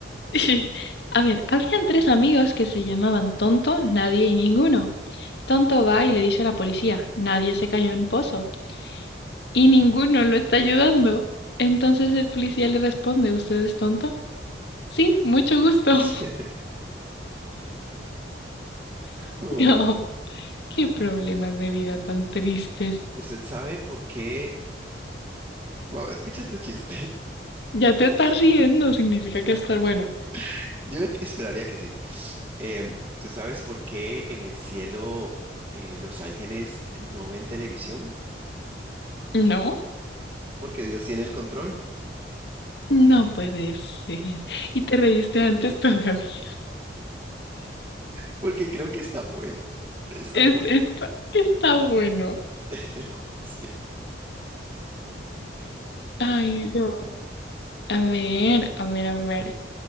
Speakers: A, on the left (about 65°); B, on the right (about 30°).
A: <laughs> A ver, habían tres amigos que se llamaban Tonto, Nadie y Ninguno. Tonto va y le dice a la policía, Nadie se cayó en pozo y ninguno lo está ayudando. Entonces el policía le responde, ¿usted es tonto? Sí, mucho gusto.
B: <laughs>
A: <laughs>
B: Ay,
A: No, qué problemas de vida tan tristes.
B: ¿Usted sabe por qué? Bueno, escucha este chiste.
A: Ya te estás riendo, significa que estar bueno.
B: <laughs> Yo esperaría que sí. Em, ¿tú sabes por qué en el cielo eh, los ángeles no ven televisión?
A: No,
B: Porque Dios tiene el control.
A: no puede ser. Y te reíste antes todavía.
B: Porque creo que está bueno. Está
A: Es,
B: bueno.
A: está, está bueno.
B: <laughs> Sí.
A: Ay, no. A ver, a ver, a ver.